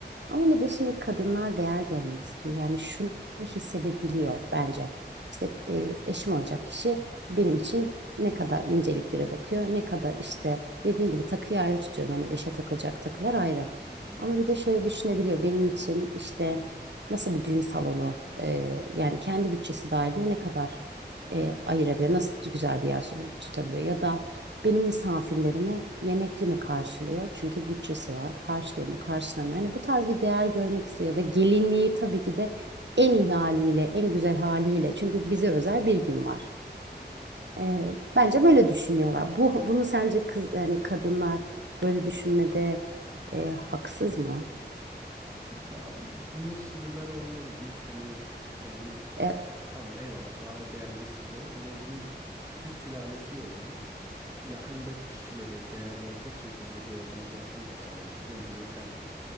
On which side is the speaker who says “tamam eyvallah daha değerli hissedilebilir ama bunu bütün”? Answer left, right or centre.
Right